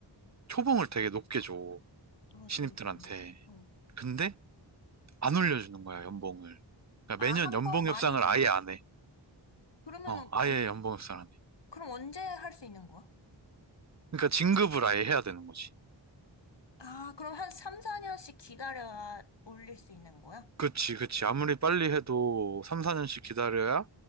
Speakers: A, on the right; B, on the left.
A: 초봉을 되게 높게 줘.
B: 아,
A: 신입들한테.
B: 좋네. 어.
A: 근데 안 올려주는 거야, 연봉을. 그러니까
B: 아,
A: 매년
B: 한
A: 연봉
B: 번 많이
A: 협상을
B: 주고?
A: 아예 안 해.
B: 그러면은
A: 어, 아예 연봉 협상을 안 해.
B: 그럼 언제 할 수 있는 거야?
A: 그러니까 진급을 아예 해야 되는 거지.
B: 아, 그럼 한 3, 4년씩 기다려야 올릴 수 있는 거야?
A: 그치, 그치. 아무리 빨리 해도 3, 4년씩 기다려야